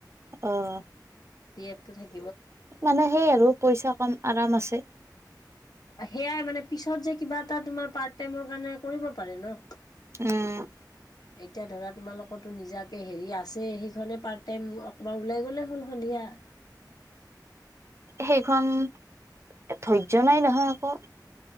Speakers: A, on the right; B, on the left.
A: অহ,
B: পি এফ টো থাকে।
A: মানে সেই আৰু পইচা কম আৰাম আছে।
B: সেয়াই মানে পিছত যে কিবা এটা তোমাৰ পাৰ টাইমৰ কাৰণে কৰিব পাৰে ন।
A: উম,
B: এতিয়া ধৰা তোমালোকো নিজাকৈ হেৰি আছে সেইখনে পাৰ্ট টাইম অকবমান ওলাই গ'লেই হ'ল সন্ধিয়া।
A: সেইখন ধৈৰ্য্য নাই নহয় আকৌ।